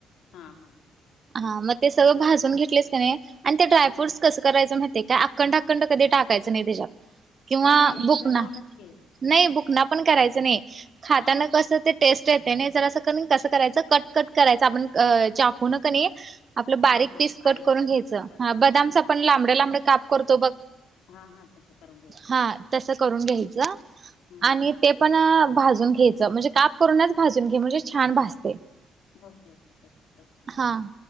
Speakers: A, on the left; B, on the right.
A: हा हा,
B: हा म ते सगळं भाजून घेतलेस का नाइ आणि ड्रायफ्रूटस
A: हम्म हम्म.
B: कस. करायचं मायतेय का अकंड अकंड कधी टाकायचं नाइ त्याच्यात किंवा
A: हो नाही मिक्सर
B: बुक
A: लावूनच
B: ना.
A: की
B: नाइ बुकना पण करायच नाइ खाताना
A: हा
B: कसं ते टेस्ट. टेस्ट येते ना कसं करायच कट कट करायच आपण चाकूनं क नई. आपलं बारीक
A: हा हा
B: पीस
A: बारीक
B: कट करून घ्यायचं
A: कराय
B: हा बदामचं
A: हम्म
B: आपण
A: हम्म
B: लांबडं लांबडं काप करतो बघ.
A: हा हा, तसे. करून घ्यायचे
B: ''हां'' तसं करून घ्यायचं
A: हम्म
B: आणि
A: हम्म
B: ते. पणं भाजून घ्यायचं म्हणजे काप करूनच भाजून घे म्हणजे छान भाजते.
A: ओके ओके तसच करते
B: हा